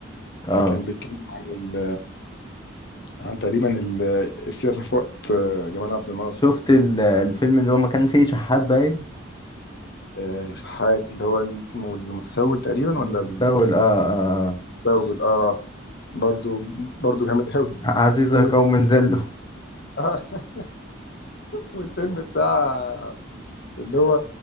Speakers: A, on the left; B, on the left.
A: اه
B: كان بيتكلم عن ال... عن تقريبا ال... السياسه في وقت آه، جمال عبد الناصر
A: شفت ال... الفيلم اللي هو ما كان فيه شحات باين
B: آه، شحات اللي هو اللي اسمه المتسول تقريبا ولا
A: متسول اه اه آه.
B: المتسول اه برضو برضو جامد <laughs> قوي
A: عزيزة
B: وال...
A: قوم زلوا
B: آه <laughs> والفيلم بتاع اللي هو